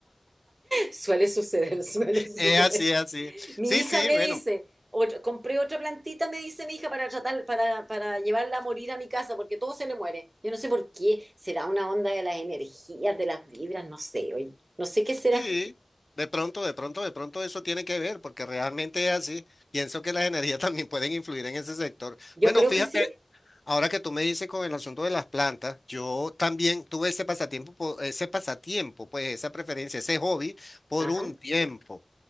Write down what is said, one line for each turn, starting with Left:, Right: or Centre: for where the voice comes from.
Right: Suele suceder, <laughs> suele
Left: <laughs>
Right: suceder.
Left: Es así, es así.
Right: Mi
Left: Sí,
Right: hija
Left: sí,
Right: me
Left: bueno,
Right: dice, otra- compré otra plantita, me dice mi hija, para tratar, para, para llevarla a morir a mi casa, porque todo se le muere. Yo no sé por qué, será una onda de las energías, de las vibras, no sé, oye, no sé qué será.
Left: sí, de pronto, de pronto, de pronto eso tiene que ver, porque realmente es así. Pienso que las energías <laughs> también pueden influir en ese sector.
Right: Yo
Left: Bueno,
Right: creo
Left: fíjate.
Right: que sí.
Left: Ahora que tú me dices con el asunto de las plantas, yo también tuve ese pasatiempo, po- ese pasatiempo, pues esa preferencia, ese hobby por
Right: Ajá.
Left: un tiempo,